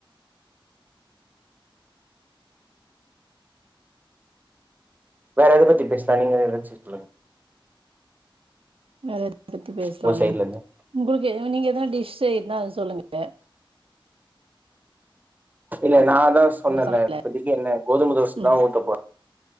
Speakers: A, on the right; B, on the right.
A: வேற எத பத்தி பேசினா நீங்க எதாச்சும் சொல்லுங்க
B: அ எதப்பத்தி பேசலாம்
A: உங்க சைட்ல இருந்து
B: உங்களுக்கு நீங்க எதாவ டிஷ் இருந்தா அத சொல்லுங்க
A: இல்ல நா தா சொன்னேல
B: சமையல்ல
A: இப்பதக்கு என்ன கோதுமை தோச
B: ம்
A: தா ஊத்த போறே